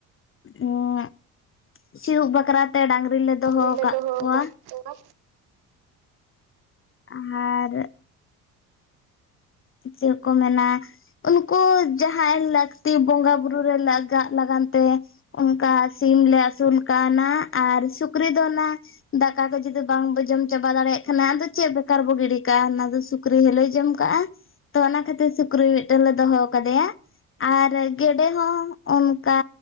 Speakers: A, on the left; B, on the right.
A: ᱩᱸ <inaudible> ᱥᱤᱭᱳᱜ ᱵᱟᱠᱷᱨᱟ ᱛᱮ ᱰᱟᱝᱨᱤ ᱞᱮ
B: ᱰᱟᱹᱝᱨᱤ
A: ᱫᱚᱦᱚ
B: ᱞᱮ
A: ᱟᱠᱟᱫ
B: ᱫᱚᱦᱚ
A: ᱠᱚᱣᱟ
B: ᱠᱟᱜ ᱠᱚᱣᱟ᱾
A: ᱟᱨᱻ ᱪᱮᱫ ᱠᱚ ᱢᱮᱱᱟ, ᱩᱱᱠᱩ ᱡᱟᱦᱟᱸᱭ ᱞᱟᱹᱠᱛᱤ ᱵᱚᱸᱜᱟ ᱵᱩᱨᱩ ᱨᱮ ᱞᱟᱜᱟᱜ ᱞᱟᱜᱟᱱ ᱛᱮ‌, ᱚᱱᱠᱟ ᱥᱤᱢ ᱞᱮ ᱟᱹᱥᱩᱞ ᱠᱟᱣ ᱱᱟ ᱟᱨ ᱥᱩᱠᱨᱤ ᱫᱚ ᱱᱟᱜ ᱫᱟᱠᱟ ᱠᱚ ᱡᱩᱫᱤ ᱵᱟᱝᱵᱚ ᱡᱚᱢ ᱪᱟᱵᱟ ᱫᱟᱲᱮᱭᱟᱜ ᱠᱷᱟᱱ ᱟᱫᱚ ᱪᱮᱫ ᱵᱮᱠᱟᱨ ᱵᱚ ᱜᱤᱰᱤ ᱠᱟᱜ-ᱟ ᱚᱱᱟ ᱫᱚ ᱥᱩᱠᱨᱤ ᱦᱚᱞᱮᱣ ᱡᱚᱢ ᱠᱟᱜ-ᱟ ᱾ ᱛᱚ ᱚᱱᱟ ᱠᱷᱟᱹᱛᱤᱨ ᱥᱩᱠᱨᱤ ᱢᱤᱫᱴᱮᱱ ᱞᱮ ᱫᱚᱦᱚ ᱠᱟᱫᱮᱭᱟ ᱾ ᱟᱨ ᱜᱮᱰᱮ ᱦᱚᱸ ᱚᱱᱠᱟ